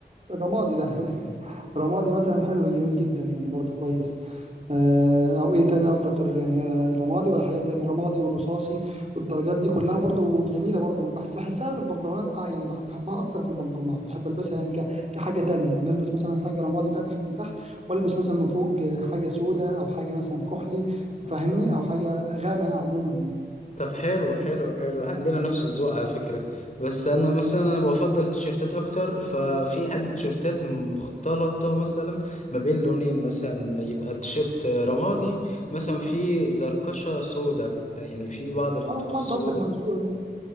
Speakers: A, on the right; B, on the left.
A: الرمادي ده <laughs> رمادي مثلا حلو جميل جدا يعني برضو كويس آه، او ايه تاني قصدك غير يعني هي رمادي ولا حاجه تاني رمادي والرصاصي والدرجات دي كلها برضو جميله برضو بحس بحسها في البنطلونات اه يعني بح- بحبها اكتر في البنطلونات بحب البسها يعني ك- كحاجه تانية يعني البس مثلا حاجه رمادي فاتح من تحت والبس مثلا من فوق آه، حاجه سوداء او حاجه مثلا كحلي فاهمني او حاجه غامقه عموما يعني
B: طب حلو حلو حلو عندنا نفس الذوق على فكرة بس أنا مثلا أنا بفضل التيشيرتات أكتر ففي عندي تيشيرتات مختلطة مثلا ما بين لونين مثلا يبقى التيشيرت رمادي مثلا في زركشة سودا يعني في بعض الخطوط
A: اه
B: السودا
A: انت قصدك مقسو-